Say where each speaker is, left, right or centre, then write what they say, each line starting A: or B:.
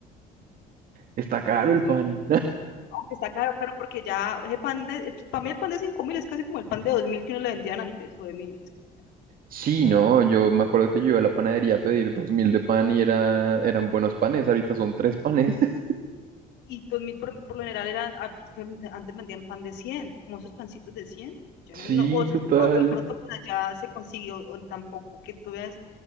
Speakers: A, on the right; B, on the left.
A: está
B: Entonces,
A: caro el
B: eso
A: pan.
B: es, aunque está caro, claro, porque ya ese pan de, eh, para mí el pan de cinco mil es casi como el pan de dos mil que uno le vendían antes, o de mil, es que ya,
A: Sí,
B: ya
A: no,
B: no.
A: yo me acuerdo que yo iba a la panadería a pedir dos mil de pan y era, eran buenos panes, ahorita son tres panes. <laughs>
B: Y dos mil por, por lo general eran, ah, pues, que antes vendían pan de cien como esos pancitos de 100 ya
A: Sí,
B: no, no o, se-
A: total.
B: o de pronto por allá se consiguió, o tampoco, que tú veas